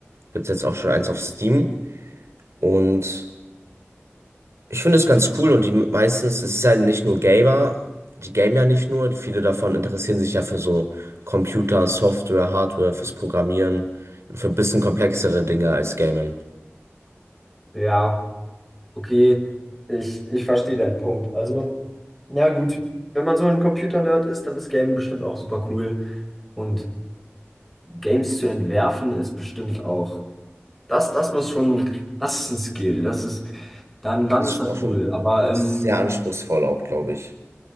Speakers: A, on the right (about 80°); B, in the centre.
A: Gibt's jetzt auch schon eins auf Steam. Und Ich finde es ganz cool und die meistens, es ist ja nicht nur Gamer, die gamen ja nicht nur, viele davon interessieren sich ja für so Computer, Software, Hardware, fürs Programmieren, für ein bisschen komplexere Dinge als Gamen.
B: Ja, okay, ich, ich verstehe deinen Punkt. Also, na gut, wenn man so ein Computer-Nerd ist, dann ist Game bestimmt auch super cool. Und Games zu entwerfen ist bestimmt auch Das, das muss schon, das ist ein Skill. Das ist, dann, dann
A: Das
B: ist
A: ist
B: das
A: auch schon,
B: cool. Aber
A: es
B: ähm,
A: ist sehr anspruchsvoll auch, glaube ich.